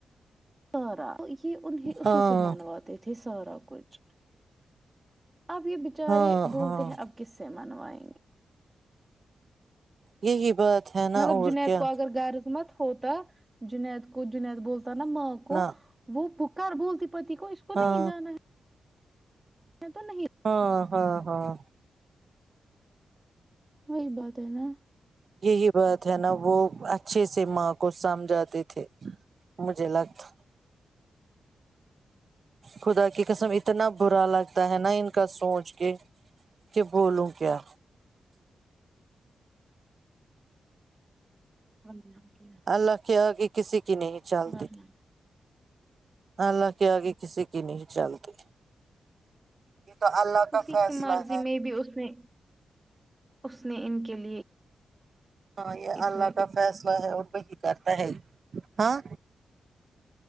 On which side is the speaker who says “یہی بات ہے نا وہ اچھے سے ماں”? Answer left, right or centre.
Right